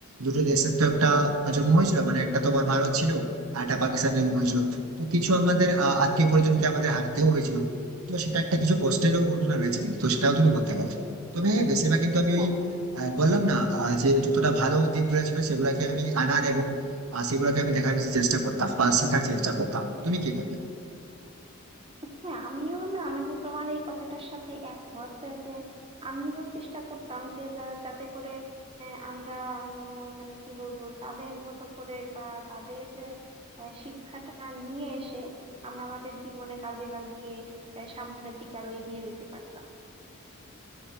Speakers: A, on the right; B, on the right.
A: দুটো দেশের তো একটা জন্ম হয়েছিল মানে একটা তোমার ভারত ছিল আর একটা পাকিস্তান জন্ম হয়েছিল তো কিছু আমাদের আহ, আত্মীয় পরিজনকে আমাদের হারাতেও হয়েছিল তো সেটা একটা কিছু কষ্টেরও
B: হুম।
A: ঘটনা রয়েছে কিন্তু তো সেটাও তুমি বলতে পারো তবে হ্যাঁ, বেশিরভাগ কিন্তু আমি
B: হ্যাঁ
A: ওই আহ, বললাম না আহ, যে যতটা ভালো দিকগুলো ছিল সেগুলাকে আমি আনার এবং আহ, সেগুলোকে আমি দেখার বেশি চেষ্টা করতাম বা শেখার চেষ্টা করতাম তুমি কি করতে
B: হ্যাঁ আমিও না মানে তোমার এই কথাটার সাথে একমত যে আমিও চেষ্টা করতাম যে যা- যাতে করে আহ, আমরা উম, মানে কি বলবো তাদের মতো করে বা তাদের আহ, শিক্ষাটা নিয়ে এসে আমরা আমাদের জীবনে কাজে লাগিয়ে আহ, সামনের দিকে আরো এগিয়ে যেতে পারতাম